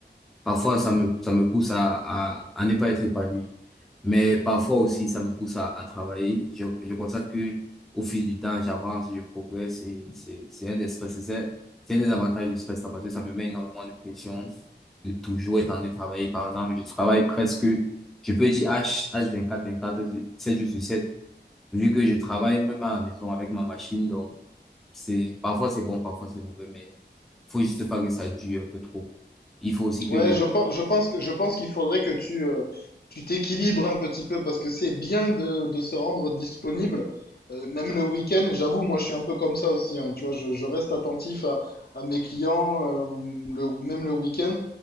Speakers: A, in the centre; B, on the left.
A: Parfois, ça me, ça me pousse à, à, à ne pas être épanoui. Mais parfois aussi, ça me pousse à, à travailler. Je, je constate que au fil du temps, j'avance, je progresse et c'est, c'est un des stress. C'est, ça- c'est un des avantages du stress, ça, parce que ça me met énormément de pression de toujours être en train de travailler. Par exemple, je travaille presque, je peux dire H, h vingt quatre vingt quatre sept jours sur 7 vu que je travaille même à la maison avec ma machine. Donc, c'est, parfois c'est bon, parfois c'est mauvais, mais faut juste pas que ça dure un peu trop. Il faut aussi que
B: Ouais,
A: je,
B: je pense, je pense que, je pense qu'il faudrait que tu, euh, tu t'équilibres un petit peu parce que c'est bien de, de se rendre disponible. Euh, même le week-end, j'avoue, moi je suis un peu comme ça aussi. hein, tu vois, je, je reste attentif à, à mes clients, euh, le- même le week-end.